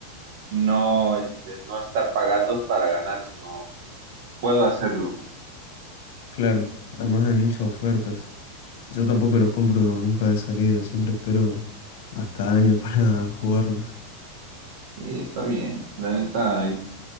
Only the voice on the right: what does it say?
no, este, no estar pagando para ganar, sino puedo hacerlo.
Y está bien, la neta,